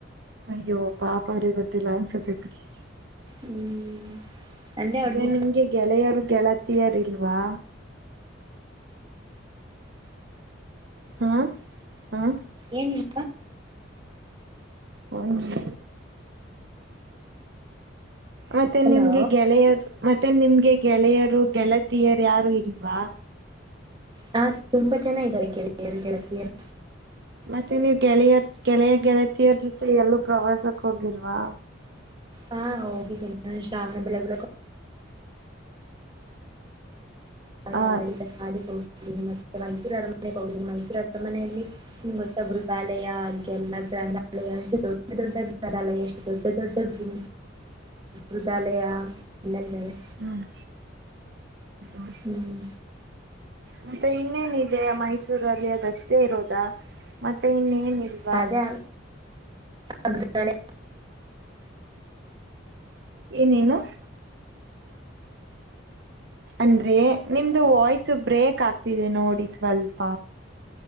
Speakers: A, on the right; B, on the right.
A: ಅಯ್ಯೋ ಪಾಪಾ ಅವ್ರಿಗೆ ಗೊತ್ತಿಲ್ಲ ಅನ್ಸತ್ತೆಿ ಬಿಡ್ರಿ
B: ಹ್ಮ್ ಅಂದ್ರೆ ಅವಳಿಗೆ
A: ಅ ನಿಮ್ಗೆ ಗೆಳೆಯರು ಗೆಳತಿಯರ್ ಇಲ್ವಾ ಹಾಂ ಹಾಂ
B: ಏನಿಲ್ಲ
A: ಒಂದುಸ ಮತ್ತೆ
B: ಹಲೋ
A: ನಿಮ್ಗೆ ಗೆಳೆಯರು ಮತ್ತೆ ನಿಮ್ಗೆ ಗೆಳೆಯರು ಗೆಳತಿಯರ್ ಯಾರು ಇಲ್ವಾ
B: ಹ ತುಂಬಾ ಚೆನ್ನಾಗಾರೆ ಗೆಳರು ಗೆಳತಿಯರು
A: ಮತ್ತೆ ನೀವ್ ಗೆಳೆಯರ್ ಗೆಳೆಯ ಗೆಳತಿಯರ್ ಜೊತೆ ಎಲ್ಲೂ ಪ್ರವಾಸಕ್ ಹೋಗಿಲ್ವಾ
B: ಹಾ ಓಕಿನ್ನ ಶಾವಣ ಬೆಳಳ ಹಳ್ಳ
A: ಹ
B: ಹಾಳಿಾಿಗೆ ಹೋಗ್ೀನಿ ಮತ್ತೆ ಮೈಸೂರು ಅರಮನೆಗೆ ಹೋಗ್ೀನಿ ಮೈಸೂರು ಅರಮನೆಯಲ್ಲಿ ನಿ್ ಗೊತ್ತ ಗೃಥಾಲಯ ಅನ್ಗೆಲ್ಲಾ ಗ್ರಂಥಾಲಯ ದೊಡ್ಡ ದೊಡ್ಡ ಗ್ರಂಥಾಲಯ ಎಷ್ಟ ದೊಡ್ಡ ದೊಡ್ಡ ಮೃದಾಲಯ ಎಲ್ಲ ಇದ್ದಾವೆ
A: ಹ್ಮ್ ಹ
B: ಹ್ಮ್್ಮ
A: ಮತ್ತೆ ಇನ್ನೇನಿದೆ ಮೈಸೂರಲ್ಲಿ ಅದಷ್ಟೇ ಇರೋದಾ ಮತ್ತೆ ಇನ್ನೇನಿದೆ
B: ಅದೇ ಅಗಾಲ
A: ಏನೇನು ಅಂದ್ರೆ ನಿಮ್ದು ವಾಯ್ಸ್ ಬ್ರೇಕ್ ಆಗ್ತಿದೆ ನೋಡಿ ಸ್ವಲ್ಪ